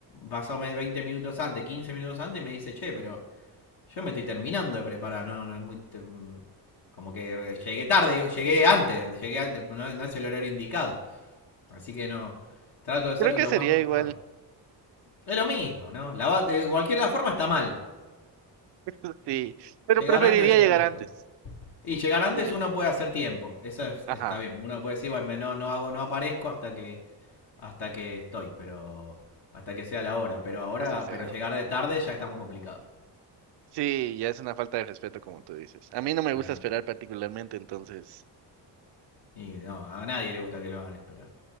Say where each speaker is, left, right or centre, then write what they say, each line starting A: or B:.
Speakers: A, on the left; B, on the right.
A: pasó 20 minutos antes, 15 minutos antes y me dice, che, pero yo me estoy terminando de preparar, no, no es muy... te- como que eh, llegué tarde, llegué antes, llegué antes, no, no es el horario indicado. Así que no, trato de ser
B: Creo que
A: lo
B: sería
A: más puntual.
B: igual.
A: Es lo mismo, ¿no? La de cualquier forma está mal.
B: <laughs> Sí. Pero
A: Llegar
B: preferiría
A: antes o llegar
B: llegar
A: después.
B: antes.
A: Y llegar antes
B: Digan,
A: uno puede hacer tiempo. Eso es-
B: ajá,
A: está bien. Uno puede decir, bueno, no, no hago, no aparezco hasta que hasta que estoy, pero hasta que sea la hora, pero ahora,
B: hasta que sea
A: pero
B: la
A: llegar
B: hora.
A: de tarde ya está muy complicado.
B: Sí, ya es una falta de respeto, como tú dices. A mí no me
A: Claro.
B: gusta esperar particularmente, entonces,
A: Y no, a nadie le gusta que lo hagan esperar.